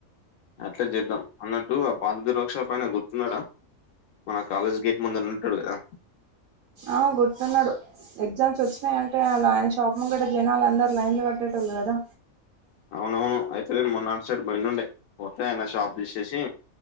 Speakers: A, on the left; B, on the right.
A: అట్లే చేద్దాం అన్నట్టు ఆ పాత జిరాక్స్ షాప్ అయినా గుర్తు ఉన్నడా మన కాలేజ్ గేట్ ముందన్న ఉంటాడు కదా
B: ఆ గుర్తున్నాడు ఎగ్జామ్స్ వచ్చినాయంటే చాలు ఆయన షాప్ ముందు జనాళ్లు అందరు లైన్లు కట్టేటోళ్లు కదా
A: అవునవును అయితే నేను మొన్నా అటు సైడ్ పోయినుండే పోతే ఆయన షాప్ తీసేసి